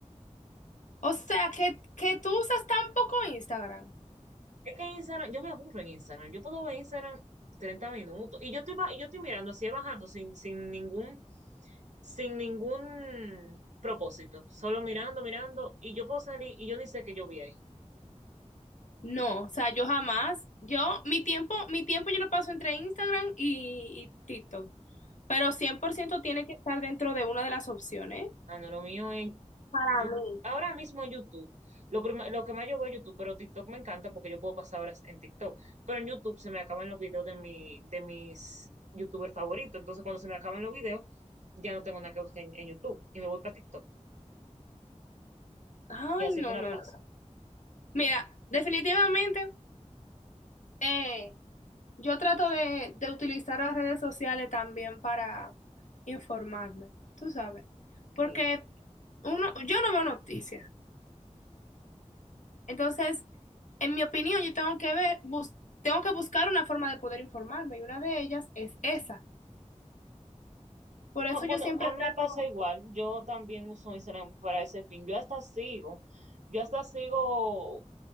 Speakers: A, on the left; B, on the right.
A: O sea que, que tú usas tan poco Instagram.
B: Es que Instagram, yo me aburro en Instagram. Yo puedo ver Instagram 30 minutos. Y yo estoy, ba- y yo estoy mirando así, bajando sin, sin ningún, sin ningún propósito. Solo mirando, mirando. Y yo puedo salir y yo ni sé que yo vi ahí.
A: No, o sea, yo jamás, yo, mi tiempo, mi tiempo yo lo paso entre Instagram y, y TikTok, pero 100% tiene que estar dentro de una de las opciones.
B: Ah, no, lo mío es
A: Para
B: Yu-
A: mí.
B: ahora mismo YouTube. Lo, prim- lo que más yo veo es YouTube, pero TikTok me encanta porque yo puedo pasar horas en TikTok. Pero en YouTube se me acaban los videos de, mi, de mis YouTubers favoritos. Entonces, cuando se me acaban los videos, ya no tengo nada que buscar en, en YouTube y me voy para TikTok.
A: Ay,
B: Y así
A: no,
B: me la
A: no,
B: paso.
A: no. Mira, definitivamente, eh, yo trato de, de utilizar las redes sociales también para informarme, tú sabes, porque
B: Sí.
A: uno, yo no veo noticias. Entonces, en mi opinión, yo tengo que ver, bus- tengo que buscar una forma de poder informarme y una de ellas es esa. Por eso
B: Ah, bueno,
A: yo siempre
B: a mí
A: trato,
B: me pasa igual. Yo también uso Instagram para ese fin. Yo hasta sigo, yo hasta sigo